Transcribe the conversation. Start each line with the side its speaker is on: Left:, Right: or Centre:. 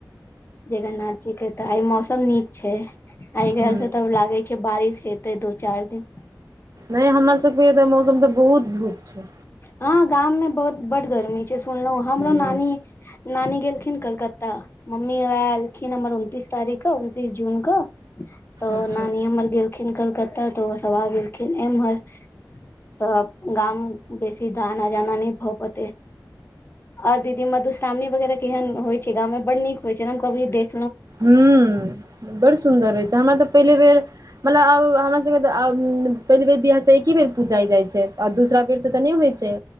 Left: जगन्नाथ जी के तऽ आ मौसम नीक छैय। आइ
Right: हूँ
Left: काल्हि से तब लागै छैय बारिश हेतै दू चारि दिन।
Right: नहि हमरा सबकेऽ मौसम तऽ बहुत धूप छैय।
Left: हँ गाम में बहुत बड्ड गर्मी छैय सुनलहु हमरो
Right: हूँ
Left: नानी नानी गेलखिन कलकत्ता मम्मी ओएह एलखिन हमर उनतीस तारीख क उनतीस जून क तऽ
Right: अच्छा
Left: नानी हमर गेल खिन कलकत्ता त ओसभ आ गेलखिन एम्हर त गाम बेसी दाना जाना नहि भ पैतय। आओर दीदी मधुश्रावी वगैरह केहन होइ छैय गाँव मे बड नीक होइ छैय न हम कभी देख
Right: ह्म बड़ सुन्दर होइ छैय हमरा तऽ पहिले बेर मतलब आब हमरा सबके त पहिल बेर बियाह एकी बेर पूजाइ जाय छैय। आ दूसरा बेर से तऽ नहि होइ छैय